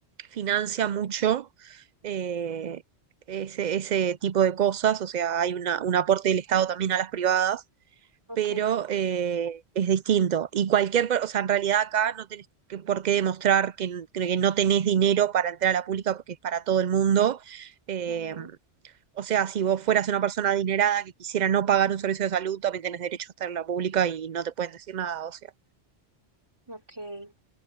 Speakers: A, on the right; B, on the right.
A: financia mucho eh, ese, ese tipo de cosas, o sea, hay una- un aporte del Estado también a las privadas
B: ok,
A: pero eh, es distinto. Y cualquier, per- o sea, en realidad acá no tenés que- por qué demostrar que, n- que no tenés dinero para entrar a la pública porque es para todo el mundo. Eh,
B: ujú,
A: o sea, si vos fueras una persona adinerada que quisiera no pagar un servicio de salud, también tenés derecho a estar en la pública y no te pueden decir nada, o sea.
B: ok.